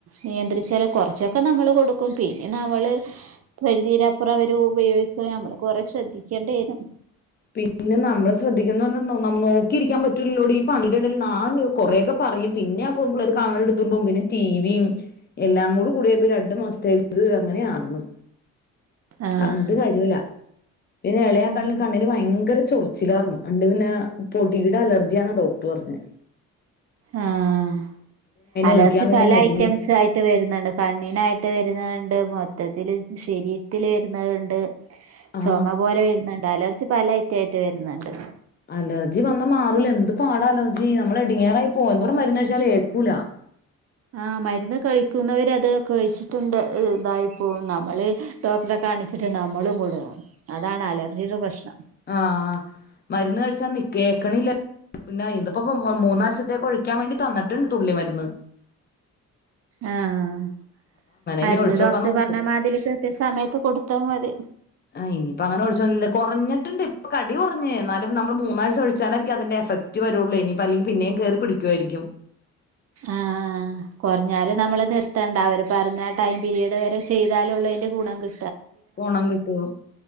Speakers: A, on the right (about 55°); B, on the left (about 35°).
A: നിയന്ത്രിച്ചാലകൊറച്ചക്കെ ഒക്കെ നമ്മൾ കൊടുക്കും പിന്നെ നമ്മള് പരിധിയിലപ്പുറം അവര് ഉപയോഗിക്ക നമ്മള് കൊറെ ശ്രദ്ധിക്കേണ്ടി വരും
B: പിന്നെ നമ്മള് ശ്രദ്ധിക്കണം ന് പറഞ്ഞനോക്കിയിരിക്കാൻ പറ്റൂലോടി ഈ പണിയിന്റെ ഇടയിൽ കൊറെക്കെ പറയും പിന്നെ ആ പെൺപിള്ളേർ അഗണ്ട് എടുത്തു പോകും പിന്നെ ടിവിയും എല്ലാം കൂടി കൂടിയപ്പോ രണ്ടു മാസത്തേക്ക് അങ്ങനെആയിരുന്നു
A: ആഹ്
B: പറഞ്ഞിട്ട് കാര്യല്ല പിന്നെ ഇളയാക്
A: ഉം
B: കണ്ണിന് ഭയങ്കര ചൊറിച്ചിലർന്നു അണ്ട് പിന്നെ പൊടിയുടെ അലർജിയാ ഡോക്ടർ പറഞ്ഞത്
A: ആഹ അലർജി
B: ഒഴിക്കാൻ വേണ്ടി
A: പല
B: മരുന്ന്
A: ഐറ്റംസ് ആയിട്ട് വരുന്നുണ്ട് കണ്ണീനായിട്ട് വരുന്നതുണ്ട് ണ്ട് മൊത്തത്തില് ശരീരത്തിൽ വരുന്നത്ണ്ട്
B: ആ
A: ചുമ പോലെ വരുന്നുണ്ട് അലർച്ച പാലായിട്ടായിട്ട്റ്റായിട്ട് യിട്ട് വരുന്നുണ്ട്.
B: അലർജി വന്നാ മാറൂല എന്ത് പാടാ അലർജി നമ്മൾ ഇടങ്ങേറായി പോവും എന്തോരം മരുന്നഴിച്ചാലും ഏക്കൂല.
A: ആ മരുന്ന് കഴിക്കുന്നവർ അത് കഴിച്ചിട്ടുണ്ട് ഇതായിപ്പോവും നമ്മള് ഡോക്ടറെ കാണിച്ചിട്ട് നമ്മളും കുടുങ്ങും അതാണ് അലർജിയുടെ പ്രശ്നം.
B: ആഹ് മരുന്ന് കഴിച്ചാ ന കേക്കണില്ലേ പിന്നെ ഇദ്പ്പോ മൂന്നാഴ്ചത്തേക് ഒഴിക്കാൻ വേണ്ടി തന്നിട്ട്ണ്ട് തുള്ളി മരുന്ന്.
A: ആഹ് മരുന്ന്
B: ഇനി ഒഴിച്ചോക്കാന്നോർത്ത്
A: ഡോക്ടർ പറഞ്ഞ മാതിരി കൃത്യ സമയത്ത് കൊടു ത്താ മതി.
B: ആ ഇനി ഇപ്പ അങ്ങനെ ഒഴിച്ച് കുറഞ്ഞിട്ടുണ്ട് ഇപ്പൊ കടി കുറഞ്ഞ് എന്നാലും നമ്മള് മൂന്നാഴ്ച്ച ഒഴിച്ചാലായിരിക്കും അതിന്റെ എഫക്റ്റ് വരള്ളൂ ഇനിപ്പ അല്ലെങ്കിൽ പിന്നെയും കേറി പിടിക്കുവായിരിക്കും.
A: ആഹ് കുറഞ്ഞാലും നമ്മള് നിർത്തേണ്ട അവര് പറഞ്ഞാ ടൈം പീരിഡ് വരെ ചെയ്താലുള്ളൂ അതിന്റെ ഗുണം കി
B: കൊണം കിട്ടുള്ളൂ